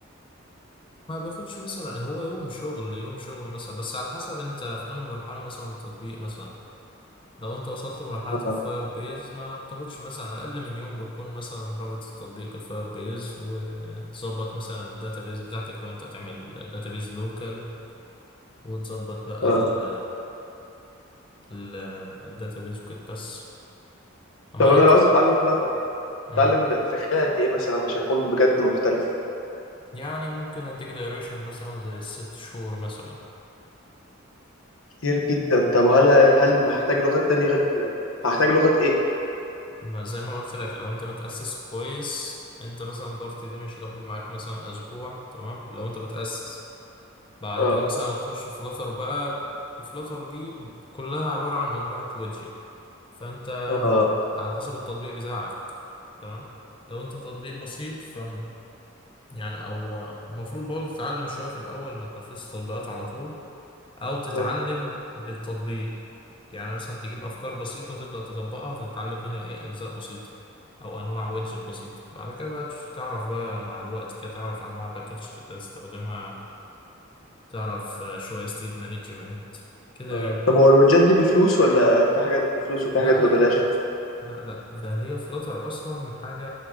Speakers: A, on the left; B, on the left.
A: ما بياخدش مثلا يعني هو يوم شغل يوم شغل مثلا بس على حسب انت في انهي مرحلة مثلا من التطبيق مثلا لو انت وصلت لمرحلة
B: اه
A: الفاير بيز ما بتاخدش مثلا اقل من يوم بتكون مثلا رابط التطبيق بالفاير بيز وتظبط مثلا الداتابيز بتاعتك لو انت هتعمل داتابيز لوكال وتظبط بقى
B: اه
A: ال ال الداتابيز وكده بس اما
B: طب انا
A: انت
B: لو عايز اتعلم فلاتر
A: مم.
B: اتعلم ب- في خلال قد ايه مثلا عشان اكون بجد محترف
A: يعني ممكن اديك دايريشن مثلا زي الست شهور مثلا
B: كتير جدا طب هل هل هحتاج لغات تاني غير هحتاج لغات ايه
A: ما زي ما قلت لك لو انت متأسس كويس انت مثلا دارت دي مش هتاخد معاك مثلا اسبوع تمام لو انت متأسس بعد
B: اه
A: كده مثلا هتخش فلاتر بقى الفلاتر دي كلها عبارة عن مجموعة ويدجت فانت
B: اه
A: على حسب التطبيق بتاعك تمام لو انت تطبيق بسيط ف يعني او المفروض برضه تتعلم شوية في الاول ما تنفذش تطبيقات على طول او تتعلم
B: اه
A: بالتطبيق يعني مثلا تجيب أفكار بسيطة وتبدأ تطبقها فتتعلم منها إيه أجزاء بسيطة أو أنواع ويدجت بسيطة بعد كده بقى تش- تعرف بقى مع الوقت كده تعرف أنواع باكج تبدأ تستخدمها تعرف آه، شوية ستيت مانجمنت كده
B: اه
A: يعني
B: طب هو الوجات دي بفلوس ولا في حاجات بفلوس وفي
A: لا
B: حاجات ببلاش
A: لا لا لا لا لا ده هي فلاتر أصلا حاجة